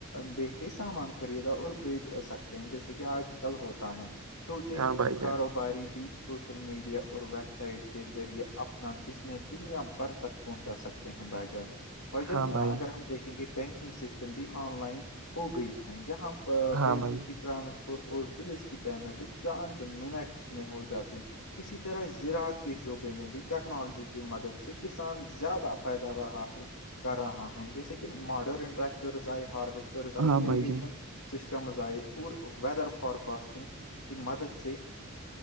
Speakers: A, on the left (about 70°); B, on the right (about 80°).
A: بیٹھے سامان خریدا اور بیج سکتے ہیں جیسے کہ آج کل ہوتا ہے چھوٹے
B: ہاں بھائی
A: کاروباری
B: جان
A: بھی سوشل میڈیا اور ویب سائٹ کے ذریعے اپنا بزنس دنیا بھر تک پہنچا سکتے ہیں بائی جان وجن
B: ہاں بھائی
A: اگر ہم دیکھیں گے بینکنگ سسٹم بھی آن لائن ہو گئی ہے جہاں
B: ہاں
A: پیسوں
B: بھائی
A: کی ٹرانسفر اور بلز کی پیمنٹ چاند منٹس میں ہو جاتی اسی طرح زراعت کے شعبے میں بھی ٹیکنالوجی کی مدد سے کسان زیادہ پیداوار حاصل کر رہا ہیں جیسے کہ ماڈرن ٹریکٹرس آئے ہارویسٹرس آئے
B: ہاں بھائی
A: اریگیشن
B: جان
A: سسٹمز آئی اورور ویدر فارکاسٹنگ کہ مدد سے